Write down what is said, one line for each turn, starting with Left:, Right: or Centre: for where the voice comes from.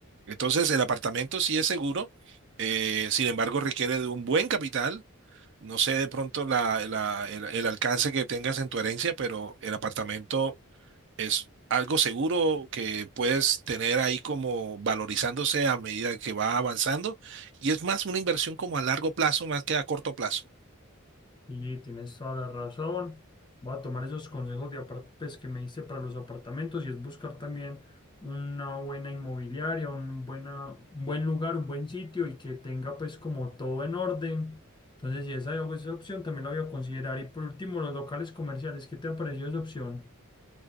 Right: Entonces el apartamento sí es seguro, eh, sin embargo requiere de un buen capital. No sé de pronto la- la- el, el alcance que tengas en tu herencia, pero el apartamento es algo seguro que puedes tener ahí como valorizándose a medida que va avanzando y es más una inversión como a largo plazo más que a corto plazo.
Left: Y tienes toda la razón. Voy a tomar esos consejos de apar- pues, que me diste para los apartamentos y es buscar también una buena inmobiliaria, un, buena, un buen lugar, un buen sitio y que tenga pues como todo en orden. Entonces, si esa, esa opción también la voy a considerar. Y por último, los locales comerciales. ¿Qué te ha parecido esa opción?